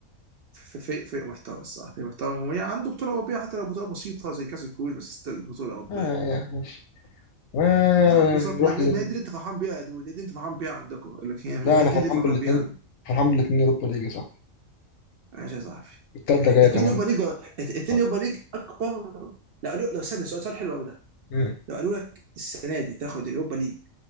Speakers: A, on the right (about 60°); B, on the left (about 65°).
A: في في في محتوى الصراحة في محتوى وهي عنده بطولة أوروبية حتى لو بطولة بسيطة زي كأس الكؤوس بس ستيل بطولة أوروبية
B: اه يعني ماشي ونروح
A: نعم بالظبط ما, ما
B: لل
A: ما دي اللي أنت فرحان بيها يا دود دي اللي أنت فرحان بيها عندكم لكن يعني
B: لا
A: ما
B: أنا
A: دي
B: فرحان
A: اللي فرحان
B: بالاتنين
A: بيها عندي
B: فرحان بالاتنين يوروبا ليج يا صاحبي
A: ماشي يا صاحبي
B: التالتة جاية
A: اتنين
B: كمان
A: يوبا ليج اتنين
B: شوية
A: يوبا ليج أكبر لو قالوا لو استنى سؤال سؤال حلو قوي ده
B: امم
A: لو قالوا لك السنة دي تاخد اليوبا ليج